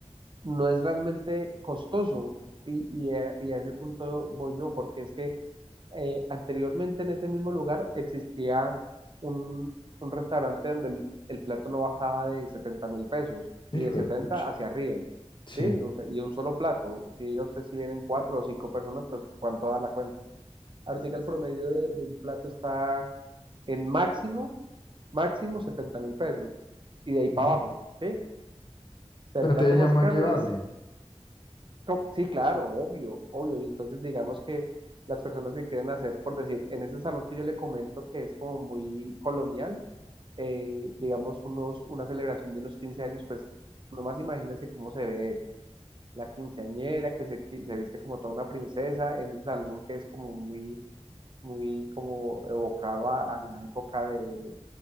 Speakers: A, on the right (about 45°); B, on the left (about 45°).
A: no es realmente costoso y, y a, y a ese punto voy yo, porque es que eh, anteriormente en ese mismo lugar existía un, un restaurante donde el, el plato no bajaba de setenta mil pesos
B: Hijo
A: y de 70
B: de pucha.
A: hacia arriba,
B: Sí.
A: ¿sí? O sea, y un solo plato. Y diga usted si vienen cuatro o cinco personas, pues cuánto da la cuenta. Ahora sí que el promedio de, de un plato está en máximo, máximo setenta mil pesos y de ahí para
B: ujú.
A: abajo, ¿sí? O sea,
B: Pero
A: el plato
B: entonces
A: más
B: ya más
A: caro
B: llevable.
A: es co- sí, claro, obvio, obvio. Y entonces digamos que las personas que quieren hacer, por decir, en ese salón que yo le comento que es como muy colonial, eh, digamos unos, una celebración de unos 15 años, pues nomás imagínense cómo se ve eso. La quinceañera que se, qui- se viste como toda una princesa en ese salón que es como muy, muy como evocado a, a la época de, de,